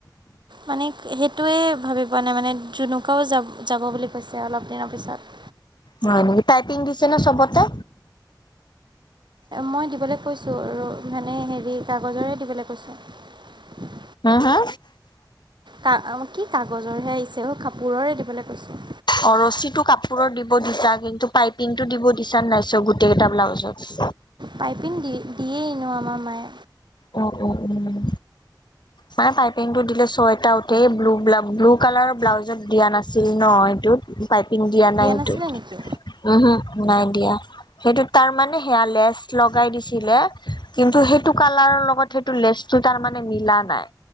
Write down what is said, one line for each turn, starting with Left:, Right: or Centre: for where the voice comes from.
Right: মানে সেইটোৱে ভাবি পোৱা নাই মানে, জনুকাও যাব যাব বুলি কৈছে অলপ দিনৰ পিছত।
Left: হয় নেকি, পাইপিং দিছে ন' চবতে?
Right: মই দিবলৈ কৈছোঁ আৰু মানে হেৰি কাগজৰে দিবলৈ কৈছোঁ।
Left: হা, হা?
Right: কা কি কাগজৰহে আহিছে অ' কাপোৰৰে দিবলৈ কৈছোঁ।
Left: অ' ৰচীটো কাপোৰৰ দিব দিছা কিন্তু পাইপিংটো দিব দিছা নে নাই চ' গোটেইকেইটা ব্লাউজত? <inaudible>
Right: পাইপিং দি-দিয়েই এনেওঁ আমাৰ মায়ে।
Left: উম, উম, উম, মানে পাইপিংটো দিলে ছয়টা সেই ব্লু <unintelligible> ব্লু কালাৰৰ ব্লাউজত দিয়া নাছিল ন এইটোত। পাইপিং দিয়া নাই
Right: নাছিলে
Left: সি।
Right: নেকি
Left: ওহোঁ নাই দিয়া। সেইটো তাৰ মানে সেয়া লেচ লগাই দিছিলে, কিন্তু সেইটো কালাৰৰ লগত সেইটো লেচ <unintelligible> টাৰ মানে মিলা নাই।